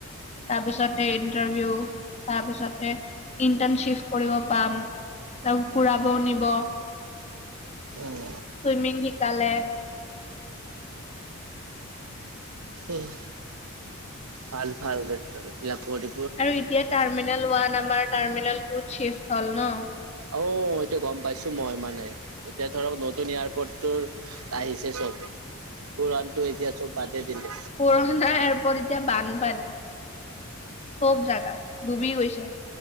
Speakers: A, on the left (about 30°); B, on the right (about 85°).
A: তাৰপিছতে ইন্টাৰভিউ তাৰ পিছতে ইণ্টাৰ্ণশ্বিপ কৰিব পাম ত ঘুৰাব নিব।
B: উম।
A: চুইমিং শিকালে। <inaudible>
B: উম ভাল ভাল এইবিলাক কৰি।
A: আৰু এতিয়া টাৰ্মিনেল ওৱান আমাৰ টাৰ্মিনেল টুত চিফট হ'ল ন।
B: অ এইটো গম পাইছো মই মানে এতিয়া ধৰক নতুন এয়াৰপৰ্ট ত'। আহিছে চব পুৰণাটো এতিয়া চব বাদে দিলে।
A: পুৰনা এাৰাপোট এতিয়া বানপানী চব জাগা ডুবি গৈছে।